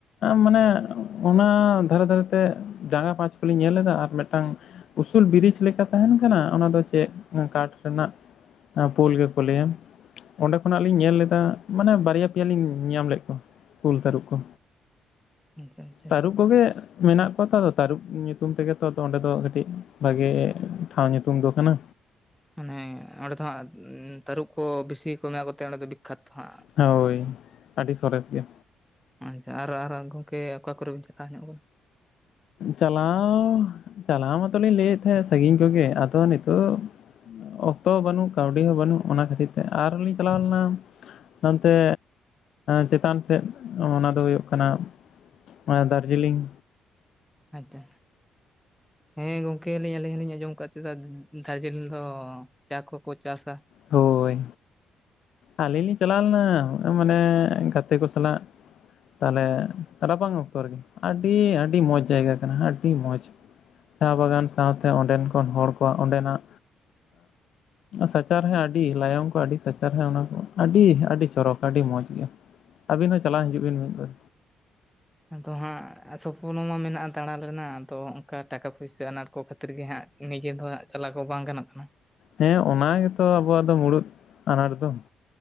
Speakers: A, on the left; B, in the centre.
A: ᱢᱟᱱᱮ ᱚᱱᱟ ᱫᱷᱟᱨᱮ ᱫᱷᱟᱨᱮ ᱛᱮ ᱡᱟᱸᱜᱟ ᱯᱟᱸᱪ ᱠᱚᱞᱤᱧ ᱧᱮᱞ ᱞᱮᱫᱟ ᱟᱨ ᱢᱤᱫᱴᱟᱝ ᱩᱥᱩᱞ ᱵᱨᱤᱡᱽ ᱞᱮᱠᱟ ᱛᱟᱦᱮᱱ ᱠᱟᱱᱟ ᱚᱱᱟ ᱫᱚ ᱪᱮᱫ ᱠᱟᱴ ᱨᱮᱱᱟᱜ ᱯᱳᱞ ᱜᱮᱠᱚ ᱞᱟᱹᱭᱟ ᱚᱸᱰᱮ ᱠᱷᱚᱱᱟᱜ ᱞᱤᱧ ᱧᱮᱞ ᱞᱮᱫᱟ ᱢᱟᱱᱮ ᱵᱟᱨᱭᱟ ᱯᱮᱭᱟ ᱞᱤᱧ ᱧᱟᱢ ᱞᱮᱫ ᱠᱚᱣᱟ ᱠᱩᱞ ᱛᱟᱹᱨᱩᱵ ᱠᱚ
B: ᱟᱪᱪᱷᱟ ᱟᱪᱪᱷᱟ
A: ᱛᱟᱹᱨᱩᱵ ᱠᱚᱜᱮ ᱢᱮᱱᱟᱜ ᱠᱚᱣᱟ ᱛᱚ ᱛᱟᱹᱨᱩᱵᱽ ᱧᱩᱛᱩᱢ ᱛᱮᱜᱮ ᱛᱚ ᱚᱸᱰᱮ ᱫᱚ ᱠᱟᱹᱴᱤᱡ ᱵᱷᱟᱜᱤ ᱴᱷᱟᱶ ᱧᱩᱛᱩᱢ ᱫᱚ ᱠᱟᱱᱟ
B: ᱢᱟᱱᱮ ᱚᱸᱰᱮ ᱫᱚ ᱦᱟᱸᱜ ᱛᱟᱹᱨᱩᱵ ᱠᱚ ᱵᱤᱥᱤ ᱠᱚ ᱢᱮᱱᱟᱜ ᱠᱚᱛᱮ ᱚᱸᱰᱮ ᱫᱚ ᱠᱟᱛᱷᱟ
A: ᱦᱳᱭ ᱟᱹᱰᱤ ᱥᱚᱨᱮᱥ ᱜᱮ
B: ᱟᱪᱪᱷᱟ ᱟᱨ ᱟᱨ ᱜᱚᱝᱠᱮ ᱚᱠᱟ ᱠᱚᱨᱮ ᱵᱮᱱ ᱪᱟᱞᱟᱣ ᱧᱚᱜ ᱠᱟᱱᱟ
A: ᱪᱟᱞᱟᱣ ᱪᱟᱞᱟᱣ ᱢᱟᱛᱚᱞᱤᱧ ᱞᱟᱹᱭᱮᱫ ᱛᱟᱦᱮᱸᱫ ᱥᱟᱺᱜᱤᱧ ᱠᱚᱜᱮ ᱟᱫᱚ ᱱᱤᱛᱚᱜ ᱚᱠᱛᱚ ᱦᱚᱸ ᱵᱟᱹᱱᱩᱜ ᱠᱟᱹᱣᱰᱤ ᱦᱚᱸ ᱵᱟᱹᱱᱩᱜ ᱚᱱᱟ ᱠᱷᱟᱹᱛᱤᱨ ᱛᱮ ᱟᱨᱦᱚᱸ ᱞᱤᱧ ᱪᱟᱞᱟᱣ ᱞᱮᱱᱟ ᱱᱚᱛᱮ ᱪᱮᱛᱟᱱ ᱥᱮᱫ ᱚᱱᱟ ᱫᱚ ᱦᱩᱭᱩᱜ ᱠᱟᱱᱟ ᱚᱱᱟ ᱫᱟᱨᱡᱤᱞᱤᱝ
B: ᱦᱚᱭ ᱛᱚ᱾ ᱦᱮᱸ ᱜᱚᱝᱠᱮᱞᱤᱧ ᱟᱹᱞᱤᱧ ᱦᱚᱸᱞᱤᱧ ᱟᱸᱡᱚᱢ ᱟᱠᱟᱫᱟ ᱪᱮᱫᱟᱜ ᱫᱟᱨᱡᱤᱞᱤᱝ ᱫᱚ᱾ ᱪᱟ ᱠᱚᱠᱚ ᱪᱟᱥᱼᱟ᱾
A: ᱦᱳᱭ ᱟᱹᱞᱤᱧ ᱞᱤᱧ ᱪᱟᱞᱟᱣ ᱞᱮᱱᱟ ᱢᱟᱱᱮ ᱜᱟᱛᱮ ᱠᱚ ᱥᱟᱞᱟᱜ ᱛᱟᱦᱚᱞᱮ ᱨᱟᱵᱟᱝ ᱚᱠᱛᱚ ᱨᱮᱜᱮ ᱟᱹᱰᱤ ᱟᱹᱰᱤ ᱢᱚᱡᱽ ᱡᱟᱭᱜᱟ ᱠᱟᱱᱟ ᱟᱹᱰᱤ ᱢᱚᱡᱽ᱾ ᱪᱟ ᱵᱟᱜᱟᱱ ᱥᱟᱶᱛᱮ ᱚᱸᱰᱮᱱ ᱠᱷᱚᱱ ᱦᱚᱲ ᱠᱚᱣᱟᱜ ᱚᱸᱰᱮ ᱱᱟᱜ ᱥᱟᱪᱟᱨ ᱦᱮᱸ ᱟᱹᱰᱤ ᱞᱟᱭᱚᱝ ᱠᱚ ᱟᱹᱰᱤ ᱥᱟᱪᱟᱨᱦ ᱦᱮᱸ ᱚᱱᱟ ᱠᱚ ᱟᱹᱰᱤ ᱟᱹᱰᱤ ᱪᱚᱨᱚᱠ ᱟᱹᱰᱤ ᱢᱚᱸᱡᱽ ᱜᱮᱭᱟ᱾ ᱟᱹᱵᱤᱱ ᱦᱚᱸ ᱪᱟᱞᱟᱜ ᱦᱤᱡᱩᱜ ᱵᱤᱱ ᱢᱤᱫᱵᱟᱨ᱾
B: ᱟᱫᱚ ᱦᱟᱸᱜ ᱥᱚᱯᱱᱚ ᱢᱟ ᱢᱮᱱᱟᱜᱼᱟ ᱫᱟᱬᱟ ᱨᱮᱱᱟᱜ ᱟᱫᱚ ᱚᱱᱠᱟ ᱴᱟᱠᱟ ᱯᱩᱭᱥᱟᱹ ᱟᱱᱟᱴ ᱠᱚ ᱠᱷᱟᱹᱛᱤᱨ ᱜᱮ ᱦᱟᱸᱜ᱾ ᱱᱤᱡᱮ ᱫᱚᱟᱜ ᱪᱟᱞᱟᱣ ᱠᱚ ᱵᱟᱝ ᱜᱟᱱᱚᱜ ᱠᱟᱱᱟ᱾
A: ᱦᱮᱸ ᱚᱱᱟ ᱜᱮᱛᱚ ᱟᱵᱚᱣᱟᱜ ᱫᱚ ᱢᱩᱲᱩᱫ ᱟᱱᱟᱴ ᱫᱚ᱾